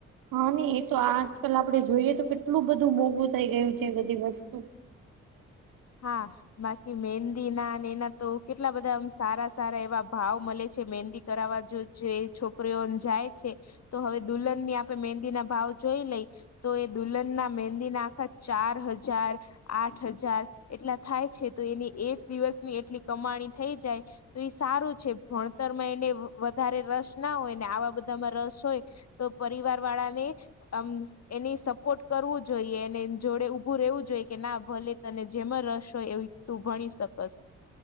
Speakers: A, on the right; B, on the left.
A: હા ને એ તો આજકાલ આપડે જોઈએ તો, કેટલું બધું મોઘું થઈ ગયું છે. એ બધી વસ્તુ
B: હા બાકી મહેંદી ના ને એના તો કેટલા બધા આમ સારા સારા એવા ભાવ મળે છે, મહેંદી કરાવવા જો જે છોકરીઓ જાય છે. તો હવે દુલ્હનની આપે મહેંદી ના ભાવ જોઈ લઈ. તો એ દુલ્હનના મેંદી ના આખા ચાર હજાર આઠ હજાર એટલા થાય છે તો, એની એક દિવસની એટલી કમાણી થઈ જાય. તો એ સારું છે ભણતરમાં એને વધારે રસ ના હોય ને, આવા બધામાં રસ હોય તો પરિવાર વાળાને આમ એની સપોર્ટ કરવું જોઈએ, એને જોડે ઊભું રહેવું જોઈએ, કે ના ભલે તને જેમાં રસ હોય એવીું તું ભણી શકસ.